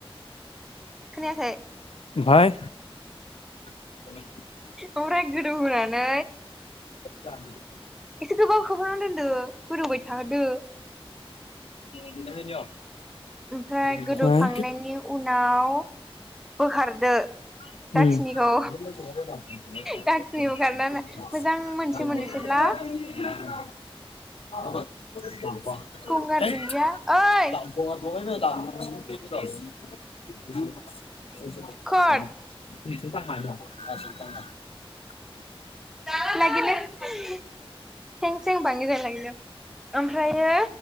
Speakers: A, in the centre; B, on the left.
A: खोनायाखै?
B: ओमफाय <inaudible>
A: ओमफ्राय गोदौ होनानै
B: <inaudible>
A: एसे गोबाव खोबनानै दोनदो गोदौबाय थाहोदो।
B: <unintelligible>
A: ओमफ्राय
B: ओमफाय
A: गोदौखांनायनि उनाव बोखारदो।
B: उ <unintelligible> <unintelligible> <unintelligible>
A: दाखिनिखौ दाखिनि बोखारनानै मोजां मोनसै मोननोसैब्ला गंगार दुन्दिया ओइ खर
B: <unintelligible> <unintelligible>
A: <unintelligible> <unintelligible> ओमफ्रायो